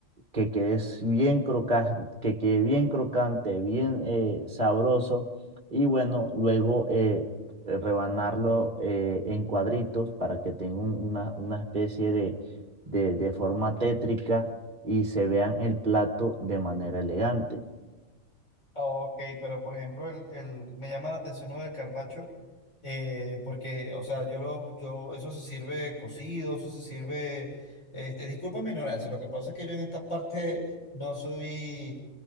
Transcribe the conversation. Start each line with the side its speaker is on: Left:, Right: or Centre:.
Right: que quede s- bien crocante, que quede bien crocante, bien eh, sabroso. Y bueno, luego eh, rebanarlo eh, en cuadritos para que tenga un- una, una especie de, de de forma tétrica y se vean el plato de manera elegante.
Left: Ok, pero por ejemplo, el, el- me llama la atención lo del carpaccio, eh, porque, o sea, yo lo, yo, eso se sirve cocido, eso se sirve, este, disculpa mi ignorancia, lo que pasa es que yo en esta parte no soy,